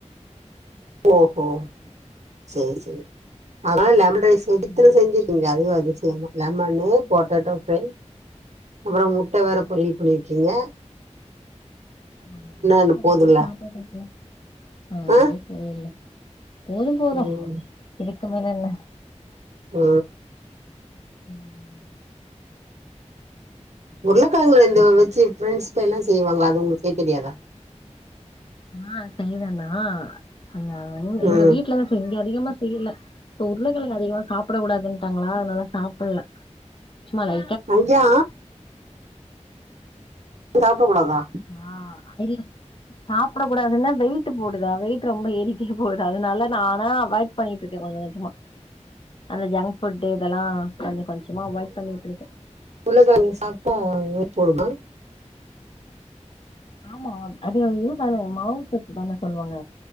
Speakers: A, on the right; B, on the left.
A: ஓஹோ சரி சரி ஆனா லெமன் <unintelligible>
B: ம்
A: இத்தன செஞ்சிருக்கீங்கே அதுவே அதிசயம்தா லமன்னு பொட்டேடோ ஃப்ரை அப்பறோ முட்ட வேற பொரியல் பண்ணியிருக்கீங்க
B: <unintelligible>
A: என்ன போதுல்ல ஆ
B: போது போது
A: ம்
B: இதுக்கு மேல என்ன
A: ஆ
B: ம்
A: உருளக்கெழங்கு ரெண்டு வச்சி பிரெண்ட்ஸ் ப்ரை எல்லா செய்வாங்கள அது உங்களுக்கு தெரியாதா
B: ஆ செய்தேனா அ எ எங்க
A: ம்
B: வீட்ல இப்ப இங்க அதிகமா செய்யல உருளகெழங்க அதிகமா சாப்பட கூடாதுட்டாங்களா அதனால சாப்பல்ல சும்மா லை
A: அய்யா சாப்பட கூடாதா
B: ஆ தெரி சாப்பிட கூடாதுனா வெயிட்டு போடுது வெயிட் ரொம்ப ஏறிட்டே போது அதனாலே நானா அவாய்டு பண்ணிட்ருக்கே கொஞ்ச கொஞ்சமா அந்த ஜங்க் ஃபுட்டு் இதலா கொஞ்ச கொஞ்சம அவாய்ட் பண்ணிட்ருக்கே
A: புள்ளகாரிங் சாப்டா வெயிட் போடுமா
B: ஆமா அது இது தானங்க மாவுசத்து தான சொல்வாங்க